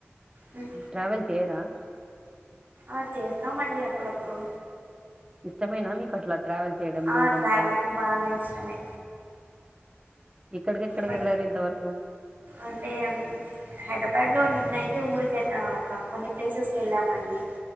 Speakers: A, on the right (about 55°); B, on the right (about 20°).
A: మ్మ్.
B: ట్రావెల్ చేయరా
A: ఆ చేస్తామండి అప్పుడప్పుడు
B: ఇష్టమేనా మీకు అట్లా ట్రావెల్ చేయడం
A: ఆ
B: దూరంగా
A: ట్రావెలింగ్ బాగా ఇష్టమే
B: ఎక్కడికి ఎక్కడికి
A: బట్
B: వెళ్ళారు ఇంతవరకు
A: అంటే హైదరాబాద్ లో నిన్నయితే ఊరికే ఒక కొన్ని ప్లేసెస్ వెళ్ళామండి